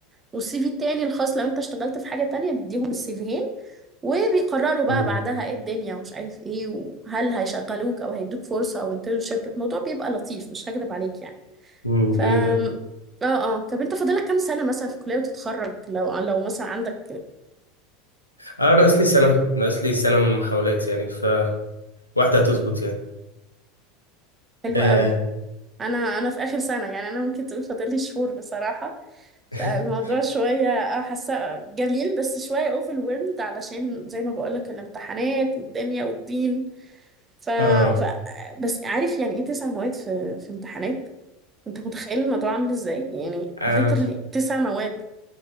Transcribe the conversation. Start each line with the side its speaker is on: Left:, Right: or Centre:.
Right: والسي في التاني الخاص لو انت اشتغلت في حاجه تانية بيديهم السي فيهين وبيقرروا بقى
Left: أمم،
Right: بعدها ايه الدنيا ومش عارف ايه وهل هيشغلوك او هيدوك فرصة او انترنشيب الموضوع بيبقى لطيف مش هكدب عليك يعني
Left: أمم،
Right: ف
Left: جميلة
Right: اه اه طب انت فاضلك كام سنة مثلا في الكلية وتتخرج لو لو مثلا عندك
Left: أه ناقص لي سنة ناقص لي سنة من المحاولات يعني فواحدة هتظبط يعني
Right: حلو
Left: آه
Right: قوي انا انا في اخر سنة يعني انا ممكن تقول فاضلي شهور بصراحة فالموضوع
Left: <laughs>
Right: شوية اه حاسة جميل بس شوية overwhelmed علشان زي ما بقولك الامتحانات والدنيا والدين ف...
Left: آه
Right: ف... بس عارف يعني ايه تسع مواد في في امتحانات انت متخيل الموضوع عامل ازاي يعني
Left: آه
Right: literally تسع مواد